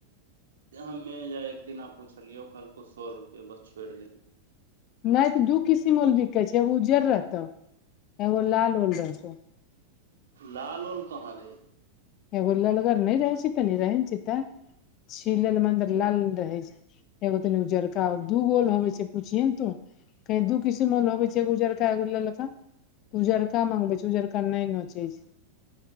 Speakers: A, on the right (about 65°); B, on the left (about 35°).
A: हमे जे एक दिना पुछलियौ कहलकौ सए रुपैआ बस छोड़ि देलियौ
B: नहि तऽ दू किसिम ओल बिकै छै एगो उज्जड़ रहतो एगो लाल ओल रहतौ
A: लाल ओल कहाँ रहै छै
B: एगो ललगर नहि रहै छै तनी रहै ने छै तऽ छीलल मऽ अंदर लाल रहै छै एगो तनिगो उजरका दू गोल होबे छै पूछििये ने तू कही दू किसीो होबे छै उजरका एगु ललका उजरका मंगबे छै उजरका नहि नोचे छै